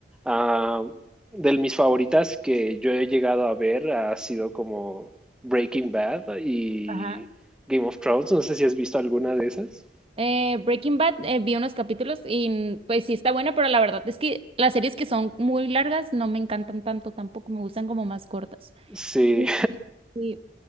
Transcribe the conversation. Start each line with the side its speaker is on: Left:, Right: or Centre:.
Centre: Ah, de mis favoritas que yo he llegado a ver ha sido como Breaking Bad y
Right: Ajá.
Centre: Game of Thrones. No sé si has visto alguna de esas.
Right: Eh, Breaking Bad, eh, vi unos capítulos y pues sí está buena, pero la verdad es que las series que son muy largas no me encantan tanto, tampoco me gustan como más cortas.
Centre: Sí,
Right: Sí, sí.